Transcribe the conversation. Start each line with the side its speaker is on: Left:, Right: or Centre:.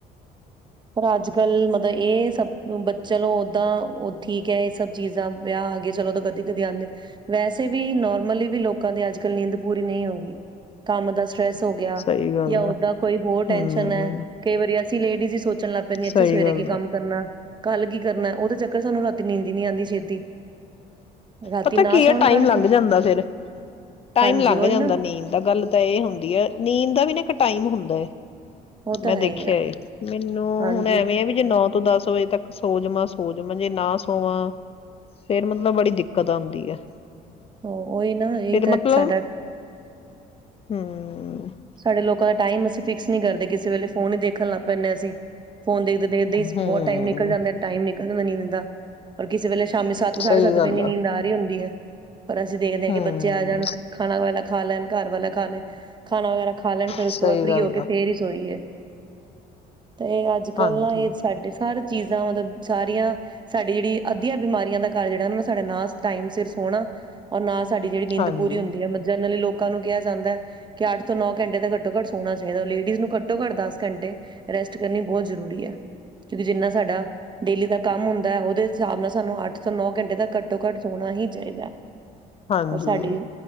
Right: ਪਰ ਅੱਜ ਕੱਲ ਮਤਲਬ ਇਹ ਸਭ ਬ ਚਲੋ ਓਦਾਂ ਉਹ ਠੀਕ ਹੈ ਇਹ ਸਭ ਚੀਜ਼ਾਂ ਵਿਆਹ ਆ ਗ ਚਲੋ ਤਾਂ ਕਦੀ ਕਦੇ ਆਦੇ ਵੈਸੇ ਵੀ ਨੋਰਮਲੀ ਵੀ ਲੋਕਾਂ ਦੀ ਅੱਜ ਕੱਲ ਨੀਂਦ ਪੂਰੀ ਨਹੀਂ ਹੋ ਰਹੀ ਕੰਮ ਦਾ ਸਟ੍ਰੈਸ ਹੋ ਗਿਆ
Left: ਸਹੀ ਗੱਲ
Right: ਜਾਂ ਓਦਾਂ
Left: ਹੈ
Right: ਕੋਈ ਹੋਰ ਟੈਸ਼ਨ
Left: ਹੂੰ।
Right: ਹੈ ਕਈ ਵਾਰੀ ਲੇਡੀਜ਼ ਸੋਚਣ ਲੱਗ ਪੈਂਦੀਆਂ
Left: ਸਹੀ
Right: ਅੱਛਾ ਸਵੇਰੇ
Left: ਗੱਲ
Right: ਕੀ ਕੰਮ
Left: ਆ
Right: ਕਰਨਾ ਕੱਲ ਕੀ ਕਰਨਾ ਉਹ ਤਾਂ ਚੱਕਰ ਸਾਨੂੰ ਰਾਤੀ ਨੀਂਦ ਨੀ ਆਦੀ ਛੇਤੀ। ਰਾਤੀ
Left: ਪਤਾ
Right: ਨਾ
Left: ਕੀ ਆ
Right: ਸੌਣ
Left: ਟਾਈਮ
Right: ਕਰਕੇ
Left: ਲੰਘ ਜਾਂਦਾ ਫਿਰ ਟਾਈਮ
Right: ਹਾਂਜੀ
Left: ਲੰਘ
Right: ਉਹੀ
Left: ਜਾਂਦਾ
Right: ਨਾ
Left: ਨੀਂਦ ਦਾ ਗੱਲ ਤਾਂ ਇਹ ਹੁੰਦੀ ਹੈ ਨੀਂਦ ਦਾ ਵੀ ਨਾ ਇੱਕ ਟਾਈਮ ਹੁੰਦਾ ਐ।
Right: ਉਹ ਤਾਂ
Left: ਮੈਂ
Right: ਹੈ
Left: ਦੇਖਿਆ
Right: ਹੀ ਹੈ
Left: ਮੈਨੂੰ
Right: ਹਾਂਜੀ
Left: ਹੁਣ ਐਵੇਂ ਹੈ ਵੀ ਜੇ ਨੌ ਤੋਂ ਦਸ ਵਜੇ ਤੱਕ ਸੋਜਵਾਂ ਸੋਜਵਾਂ ਜੇ ਨਾ ਸੋਵਾਂ ਫੇਰ ਮਤਲਬ ਬੜੀ ਦਿੱਕਤ ਆਦੀ ਹੈ।
Right: ਉਹੀ ਨਾ ਇਹੀ
Left: ਫੇਰ
Right: ਤਾਂ
Left: ਮਤਲਬ
Right: ਸਾਡਾ
Left: ਹਮ
Right: ਸਾਡੇ ਲੋਕਾਂ ਦਾ ਟਾਈਮ ਅਸੀਂ ਫਿਕਸ ਨੀ ਕਰਦੇ ਕਿਸ ਵੇਲੇ ਫੋਨ ਹੀ ਦੇਖਣ ਲੱਗ ਪੈਂਦੇ ਹਾ ਅਸੀਂ। ਫੋਨ ਦੇਖਦੇ ਦੇਖਦੇ ਹੀ
Left: ਹਮ
Right: ਬਹੁਤ ਟਾਈਮ ਨਿਕਲ ਜਾਂਦਾ ਟਾਈਮ ਨਿਕਲ ਜਾਂਦਾ ਨੀਂਦ ਦਾ ਔਰ ਕਿਸੇ ਵੇਲੇ ਸ਼ਾਮੀ ਸੱਤ ਸਾਢੇ
Left: ਸਹੀ
Right: ਸੱਤ
Left: ਗੱਲ
Right: ਵਜੇ ਨੀਂਦ ਆ ਰਹੀ ਹੁੰਦੀ ਹੈ। ਪਰ ਅਸੀਂ ਦੇਖਦੇ ਹਾਂ
Left: ਹਮ
Right: ਕਿ ਬੱਚੇ ਆ ਜਾਣ ਖਾਣਾ ਖਾ ਲੈਣ ਘਰ ਵਾਲਾ ਖਾ ਲੈ ਖਾਣਾ ਵਗੈਰਾ ਖਾ ਲੈਣ ਫਿਰ ਓਸ
Left: ਸਹੀ
Right: ਤੋਂ ਬਾਦ ਫਰੀ
Left: ਗੱਲ
Right: ਹੋ ਕੇ ਫੇਰ
Left: ਆ
Right: ਹੀ ਸੋਈਏ। ਤੇ ਅੱਜ ਕੱਲ
Left: ਹਾਂਜੀ
Right: ਨਾ ਇਹ ਸਾਡੇ ਸਾਰੇ ਚੀਜ਼ਾਂ ਮਤਲਬ ਸਾਰੀਆਂ ਸਾਡੀ ਜਿਹੜੀ ਅੱਧੀਆਂ ਬਿਮਾਰੀਆਂ ਦਾ ਕਾਰਨ ਜਿਹੜਾ ਉਹ ਸਾਡਾ ਨਾ ਟਾਈਮ ਸਿਰ ਸੋਣਾ ਔਰ ਨਾ ਸਾਡੀ ਜਿਹੜੀ ਨੀਂ
Left: ਹਾਂਜੀ
Right: ਪੂਰੀ ਹੁੰਦੀ ਹੈ ਜਨਰਲੀ ਲੋਕ ਲੋਕਾਂ ਨੂੰ ਕਿਹਾ ਜਾਂਦਾ ਹੈ। ਕਿ ਅੱਠ ਤੋਂ ਨੌ ਘੰਟੇ ਤਾਂ ਘੱਟੋ ਘੱਟ ਸੋਣਾ ਚਾਹੀਦਾ ਲੇਡੀਜ਼ ਨੂੰ ਘੱਟੋ ਘੱਟ ਦਸ ਘੰਟੇ ਰੈਸਟ ਕਰਨੀ ਬਹੁਤ ਜ਼ਰੂਰੀ ਹੈ ਕਿਉਂਕਿ ਜਿੰਨਾ ਸਾਡਾ ਡੇਲੀ ਦਾ ਕੰਮ ਹੁੰਦਾ ਓਦੇ ਹਿਸਾਬ ਨਾਲ ਸਾਨੂੰ ਅੱਠ ਨੌ ਘੰਟੇ ਤੱਕ ਘੱਟੋ ਘੱਟ ਸੋਣਾ ਹੀ ਚਾਹੀਦਾ ਹੈ
Left: ਹਾਂਜੀ
Right: ਔਰ ਸਾਡੀ